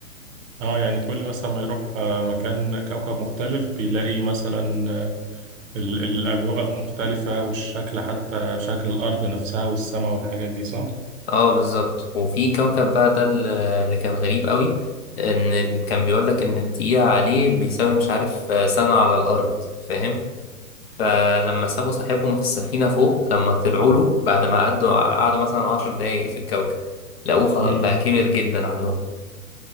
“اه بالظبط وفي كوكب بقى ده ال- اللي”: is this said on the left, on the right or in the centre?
Left